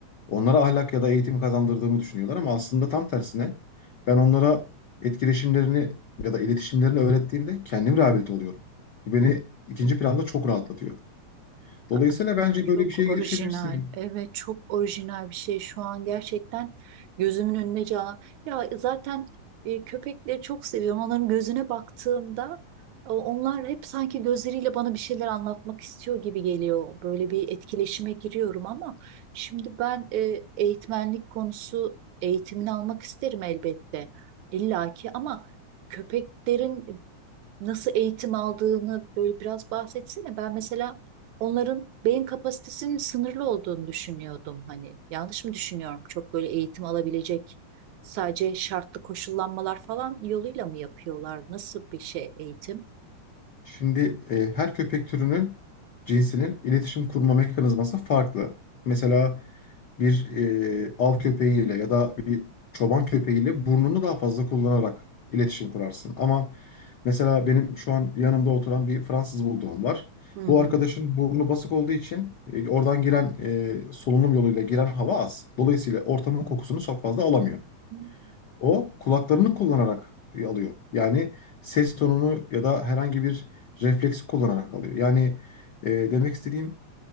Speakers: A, on the left; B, on the right.
A: onlara ahlak ya da eğitim kazandırdığımı düşünüyorlar ama aslında tam tersine ben onlara etkileşimlerini ya da iletişimlerini öğrettiğimde kendim rehabilite oluyorum. Bu beni ikinci planda çok rahatlatıyor. Dolayısıyla
B: Aa,
A: bence
B: Çok
A: böyle bir şeye girişebilirsin.
B: orijinal. Evet çok orijinal bir şey. Şu an gerçekten gözümün önüne can. Ya zaten e, köpekleri çok seviyorum. Onların gözüne baktığımda e, onlar hep sanki gözleriyle bana bir şeyler anlatmak istiyor gibi geliyor. Böyle bir etkileşime giriyorum ama şimdi ben e, eğitmenlik konusu eğitimini almak isterim elbette. illaki ama köpeklerin nasıl eğitim aldığını böyle biraz bahsetsene. Ben mesela onların beyin kapasitesinin sınırlı olduğunu düşünüyordum. Hani yanlış mı düşünüyorum? Çok böyle eğitim alabilecek sadece şartlı koşullanmalar falan yoluyla mı yapıyorlar? Nasıl bir şey eğitim?
A: Şimdi e, her köpek türünün cinsinin iletişim kurma mekanizması farklı. Mesela bir e, av köpeğiyle ya da bir çoban köpeğiyle burnunu daha fazla kullanarak iletişim kurarsın. Ama mesela benim şu an yanımda oturan bir Fransız bulldogum var.
B: Hı hı.
A: Bu arkadaşın burnu basık olduğu için e, oradan giren e, solunum yoluyla giren hava az. Dolayısıyla ortamın kokusunu çok fazla alamıyor.
B: Hmm.
A: O kulaklarını kullanarak e, alıyor. Yani ses tonunu ya da herhangi bir refleksi kullanarak alıyor. Yani e, demek istediğim